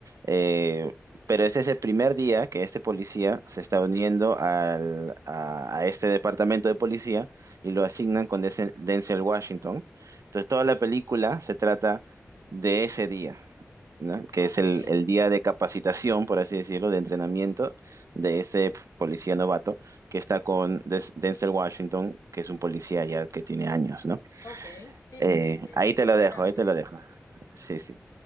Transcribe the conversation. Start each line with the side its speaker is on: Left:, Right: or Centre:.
Right: eh, pero ese es ese primer día que este policía se está uniendo al- a, a este departamento de policía y lo asignan con Denzel Denzel Washington. Entonces toda la película se trata de ese día ¿no? que
Left: <laughs>
Right: es el,
Left: ok.
Right: el día de capacitación, por así decirlo, de entrenamiento de este policía novato que está con Des- Denzel Washington, que es un policía ya que tiene años, ¿no?
Left: Ok, sí,
Right: Eh,
Left: sí, sí, él
Right: ahí
Left: es
Right: te
Left: de
Right: lo
Left: toda
Right: dejo,
Left: la vida.
Right: ahí te lo dejo. Sí, sí,